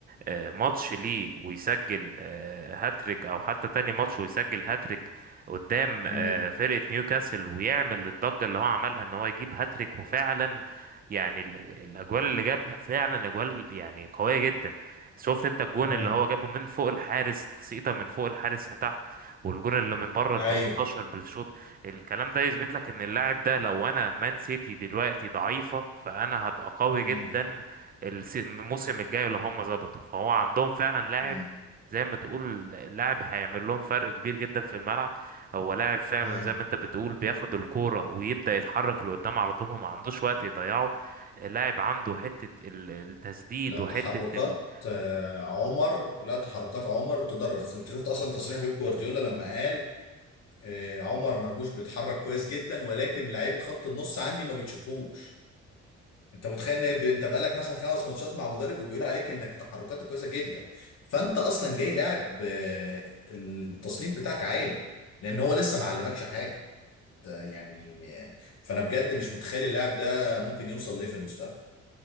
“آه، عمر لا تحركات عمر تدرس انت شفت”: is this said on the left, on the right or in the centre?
Left